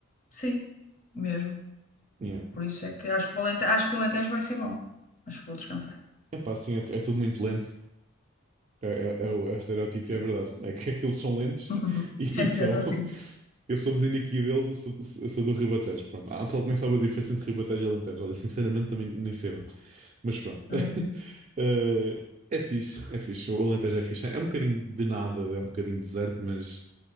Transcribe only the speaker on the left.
Sim, mesmo.
Por isso é que acho que o Alente- acho que o Alentejo vai ser bom. Acho que vou descansar.
Sim.
<laughs>
É mesmo
assim.
Ok.